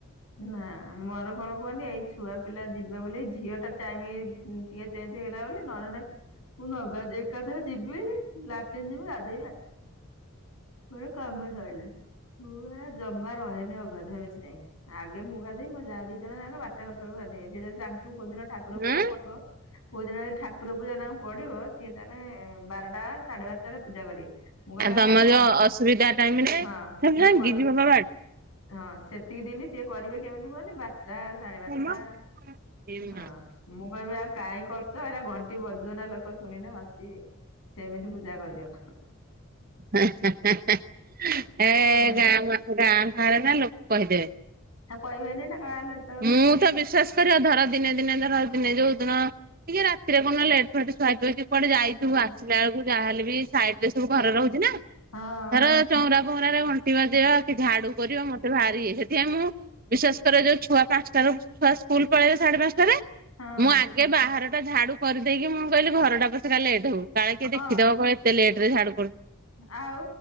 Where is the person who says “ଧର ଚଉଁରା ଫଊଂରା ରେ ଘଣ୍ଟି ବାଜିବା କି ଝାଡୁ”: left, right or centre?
Right